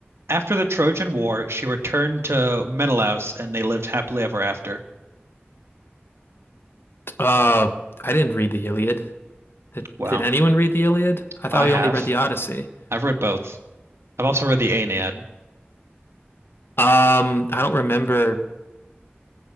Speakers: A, on the right; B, on the left.
A: After the Trojan War, she returned to Menelaus and they lived happily ever after.
B: Uh, I didn't read the Iliad. Did,
A: Wow.
B: did anyone read the Iliad? I thought
A: I have.
B: we only read the Odyssey.
A: I've read both. I've also read the Aeneid.
B: Um, I don't remember